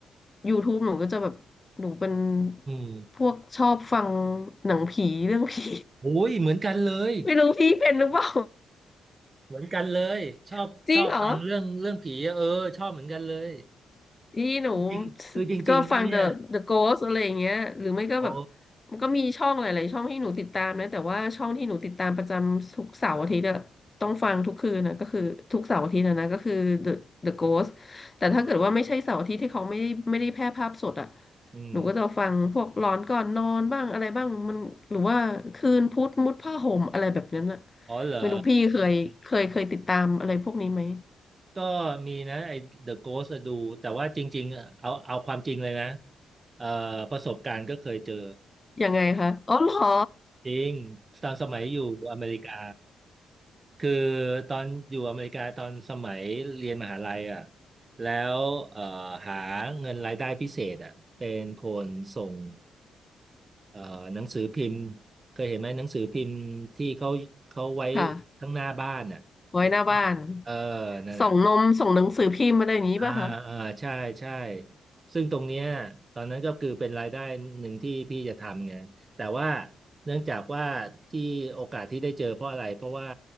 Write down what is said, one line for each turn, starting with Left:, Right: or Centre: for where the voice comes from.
Left: YouTube หนูก็จะแบบหนูเป็น
Right: อืม
Left: พวกชอบฟังหนังผีเรื่องผี
Right: โอ้ยเหมือนกันเลย
Left: <laughs> ไม่รู้พี่เป็นหรือเปล่า
Right: เหมือนกันเลยชอบชอบฟังเรื่องเรื่องผีอะเออชอบเหมือนกันเลย
Left: <laughs> จริงเหรอ อีหนู
Right: จริงๆคือจริงๆแล้วเนี่ย
Left: ก็ฟัง The The Ghost อะไรอย่างเงี้ยหรือไม่ก็แบบ
Right: โอ้
Left: มันก็มีช่องหลายๆช่องให้หนูติดตามนะแต่ว่าช่องที่หนูติดตามประจำทุกเสาร์อาทิตย์อะต้องฟังทุกคืนนะก็คือทุกเสาร์อาทิตย์นะนะก็คือ The The Ghost แต่ถ้าเกิดว่าไม่ใช่เสาร์อาทิตย์ที่เขาไม่ได้ไม่ได้แพร่ภาพสดอะ
Right: อ๋ออืม
Left: หนูก็จะฟังพวกหลอนก่อนนอนบ้างอะไรบ้างมันหรือว่าคืนพุธมุดผ้าห่มอะไรแบบนั้นอะ
Right: อ๋อเหรอ
Left: ไม่รู้พี่เคยเคยเคยติดตามอะไรพวกนี้ไหม
Right: ก็มีนะไอ้ The Ghost อะดูแต่ว่าจริงๆอะเอาเอาความจริงเลยนะเอ่อประสบการณ์ก็เคยเจอ
Left: ยังไงคะอ๋อเหรอ
Right: <laughs> จริงตอนสมัยอยู่อเมริกา คือตอนอยู่อเมริกาตอนสมัยเรียนมหาลัยอ่ะแล้วเอ่อหาเงินรายได้พิเศษอ่ะเป็นคนส่งเอ่อหนังสือพิมพ์เคยเห็นไหมหนังสือพิมพ์ที่เขาเขาไว้
Left: ค่ะ
Right: ข้างหน้าบ้านอ่ะแล้วก็
Left: ไว้หน้าบ้าน
Right: เออนั่นน่ะ
Left: ส่งนมส่งหนังสือพิมพ์อะไรอย่างนี้ป่ะคะ
Right: อ่าอ่าใช่ใช่ซึ่งตรงเนี้ยตอนนั้นก็คือเป็นรายได้หนึ่งที่พี่จะทำไงแต่ว่าเนื่องจากว่าที่โอกาสที่ได้เจอเพราะอะไรเพราะว่า